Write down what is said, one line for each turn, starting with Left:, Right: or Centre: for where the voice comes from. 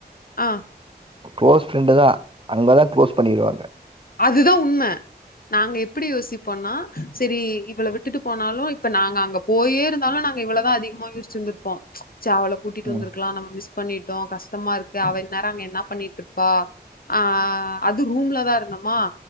Left: ஆ
Right: குளோஸ் ஃப்ரெண்டு தா அங்கதா குளோஸ் பண்ணிருவாங்க
Left: அதுதா உண்ம நாங்க எப் பிடி யோசிழ்போனா சரி இவள விட்டுட்டு போனாலு இப்ப நாங்க அங்க போயே இருந்தாலு நாங்க இவ்ளதா அதிகமா யூஸ் வெச்சிருந்துப்போ ச்ச அவள கூட்டிட்டு வந்திருக்கலா
Right: ம்
Left: நம்ம மிஸ் பண்ணிட்டோ கஷ்டமா இருக்கு அவ இன்நேரோ அங்க என்ன பண்ணிட்ருப்பா ஆ அது ரூம்ல தா இருந்தோ மா